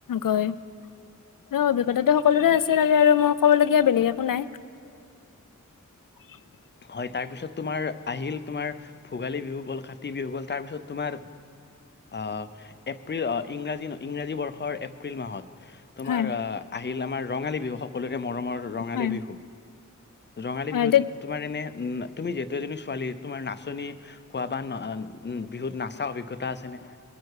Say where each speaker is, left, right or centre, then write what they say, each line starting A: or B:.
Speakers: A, on the left (about 85°); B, on the left (about 35°).
A: কৈ আৰু অভিজ্ঞতাটো সকলোৰে আছে। তাকে আৰু মই ক'বলগীয়া বেলেগ একো নাই। <unintelligible>
B: হয়, তাৰপিছত তোমাৰ আহিল তোমাৰ ভোগালী বিহু গ'ল, কাতি বিহু গ'ল, তাৰপিছত তোমাৰ আহ এপ্ৰিল আহ ইংৰাজী ইংৰাজী বৰ্ষৰ এপ্ৰিল মাহত তোমাৰ
A: হয়
B: আহ আহিল আমাৰ ৰঙালী বিহু সকলোৰে মৰমৰ ৰঙালী
A: হয়
B: বিহু, ৰঙালী
A: অ,
B: বিহুত
A: তে-
B: তোমাৰ এনে তুমি যিহেতু এজনী ছোৱালী তোমাৰ নাচনী হোৱা বা ন উম, বিহুত নাচা অভিজ্ঞতা আছেনে?